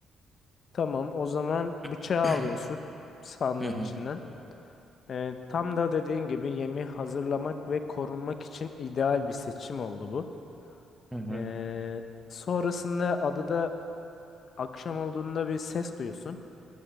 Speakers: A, on the left; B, in the centre.
A: Tamam, o zaman bıçağı
B: <clears throat>
A: alıyorsun sandığın
B: Hı hı,
A: içinden. Ee, tam da dediğin gibi yemi hazırlamak ve korunmak için ideal bir seçim oldu bu.
B: hı hı.
A: Ee, sonrasında adada akşam olduğunda bir ses duyuyorsun.